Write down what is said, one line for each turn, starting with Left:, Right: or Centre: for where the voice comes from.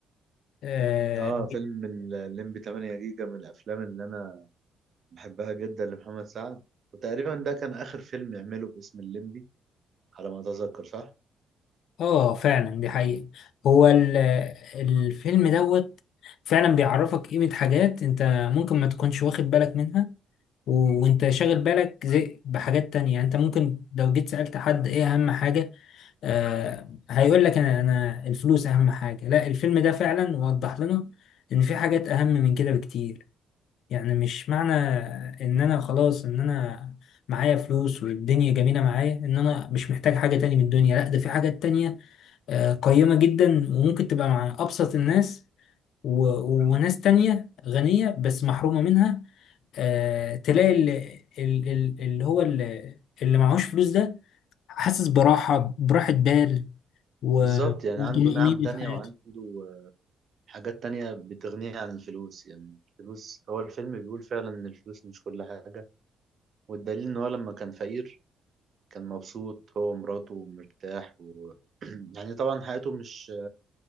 Left: قوي
Right: اه فيلم الليمبي 8 جيجا من الافلام اللي انا بحبها جدا لمحمد سعد وتقريبا ده كان آخر فيلم يعمله باسم الليمبي على ما أتذكر صح؟
Left: اه فعلا دي حقيقة هو ال- الفيلم دوت فعلا بيعرفك قيمة حاجات انت ممكن ما تكونش واخد بالك منها و- وانت شاغل بالك زي بحاجات تانية يعني انت ممكن لو جيت سألت حد ايه اهم حاجة آه هيقول لك انا انا الفلوس اهم حاجة لا الفيلم ده فعلا وضح لنا ان في حاجات اهم من كده بكتير يعني مش معنى ان انا خلاص ان انا معايا فلوس والدنيا جميلة معايا ان انا مش محتاج حاجة تانية من الدنيا لا ده في حاجات تانية آه، قيمة جدا وممكن تبقى مع أبسط الناس و... وناس تانية غنية بس محرومة منها آه، تلاقي اللي, اللي هو اللي, اللي معهوش فلوس ده حاسس براحة براحة بال و...
Right: بالظبط يعني
Left: وطمأنينة
Right: عنده نعم تانية
Left: في حياته
Right: وعنده حاجات تانية بتغنيه عن الفلوس يعني الفلوس هو الفيلم بيقول فعلا إن الفلوس مش كل حاجة والدليل إن هو لما كان فقير كان مبسوط هو ومراته ومرتاح و... <clears throat> يعني طبعا حياته مش